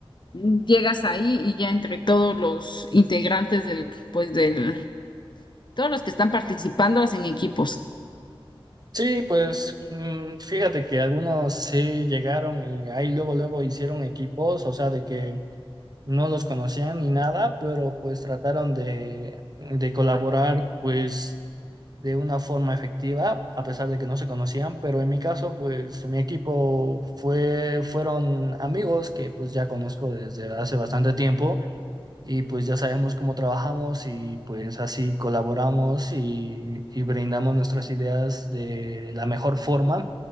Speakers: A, on the left; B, on the right.
A: llegas ahí y ya entre todos los integrantes del, pues del, todos los que están participando hacen equipos.
B: Sí, pues mm, fíjate que algunos sí llegaron y ahí luego, luego hicieron equipos, o sea, de que no los conocían ni nada, pero pues trataron de, de colaborar pues de una forma efectiva, a pesar de que no se conocían, pero en mi caso pues mi equipo fue, fueron amigos que pues ya conozco desde hace bastante tiempo y pues ya sabemos cómo trabajamos y pues así colaboramos y, y brindamos nuestras ideas de la mejor forma.